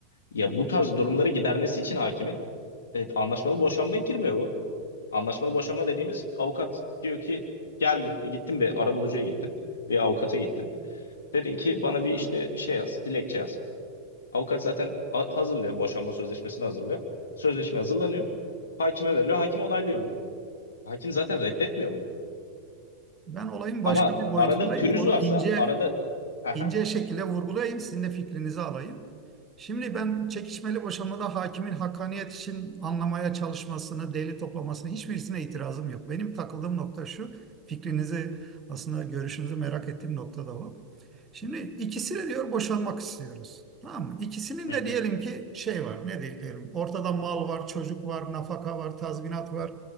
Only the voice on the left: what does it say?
Ya bu tarz durumları gidermesi için hakimin evet, anlaşmalı boşanmaya girmiyor bu. Anlaşmalı boşanma dediğimiz avukat diyor ki geldin gittin bir arabulucuya gittin ve avukata gittin. Dedin ki bana bir işte şey yaz dilekçe yaz. Avukat zaten a- hazırlıyor boşanma sözleşmesini hazırlıyor. Sözleşme hazırlanıyor. Hakime veriliyor. Hakim onaylıyor bunu. Hakim zaten reddetmiyor bunu.
Ama
arada pürüz
varsa
arada <laughs>
Hı
hı.